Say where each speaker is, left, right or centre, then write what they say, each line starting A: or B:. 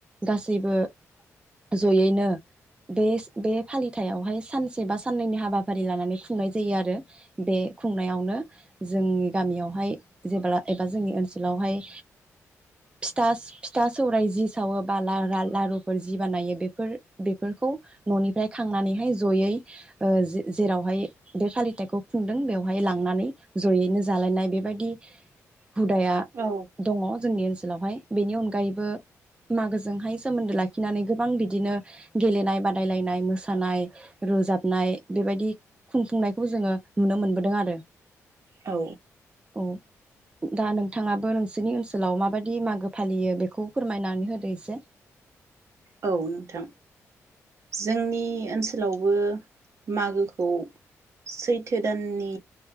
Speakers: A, on the right; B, on the right.
A: गासैबो जयैनो बे बे फालिथायावहाय सानसे बा साननैनि हाबाफारि लानानै खुंनाय जायो आरो बे खुंनायावनो। जोंनि गामियावहाय जेब्ला एबा जोंनि ओनसोलावहाय फिथास फिथा सौरायाइ जि सावो बाला रा लारु फोर जि बानायो बेफोर-बेफोरखौ ननिफ्राय खांनानैहाय जयै ओ जेरावहाय बे फालिथायखौ खुंदों बेवहाय लांनानै जयैनो जालायनाय बेबायदि हुदाया
B: औ
A: दङ जोंनि ओनसो लावहाय। बेनि अनगायैबो मागोजोंहाय सोमोन्दो लाखिनानै गोबां बि बिदिनो गेलेनाय बादायलायनाय मोसानाय रोजाबनाय बेबायदि खुंफुंनायखौ जोङो नुनो मोनबोदों आरो।
B: औ।
A: औ दा नोंथाङाबो नोंसोरनि ओनसोलाव माबायदि मागो फालियो बेखौ फोरमायनानै होदो एसे।
B: औ नोंथां जोंनि ओनसोलावबो मागोखौ सैथो दाननि